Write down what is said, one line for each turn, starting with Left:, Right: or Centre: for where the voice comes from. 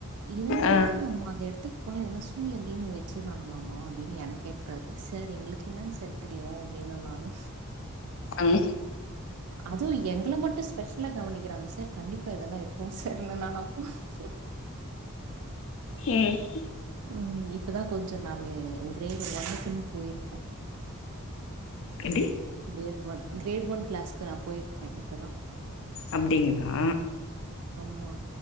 Right: இதுன்னா
Left: ஆ.
Right: இருக்குதாம்மா அந்த எடத்துக் போனா எதுனா சூனியோ கீன்யோ வச்சுறாங்ளாமா அப்டின் என்ன கேக்றாரு சார் எங்களுக்கு என்னாங் சார் தெரியு அப்டின்ன நானு
Left: அங்
Right: அதுவு எங்கள மட்டு ஸ்பெஷ்லா கவனிக்கிறாங்க சார் கண்டிப்பா இதெல்லா இருக்கு சார் நானா நா அப்பு செர்
Left: ம்
Right: ம் இப்பதா கொஞ்ச நானு கிரேடு ஒன்னுக்குன் போய்ருக்கே
Left: எப்டி
Right: கிரேட் ஒன் கிரேட் ஒன் கிளாக்கு நா போய்ருக்கே இப்பதா
Left: அப்டிங்ளா
Right: ஆமா.